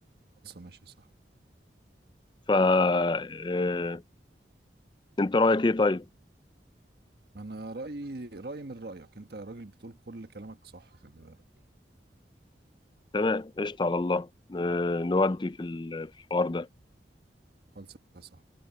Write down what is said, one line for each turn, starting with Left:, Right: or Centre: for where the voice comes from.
Right: خلصه ماشي صح
Left: فا آه، انت رأيك ايه طيب
Right: انا رايي رايي من رايك انت راجل بتقول كل كلامك صح خلي بالك
Left: تمام قشطة على الله آه، نودي في ال- في الحوار ده
Right: خلصه صح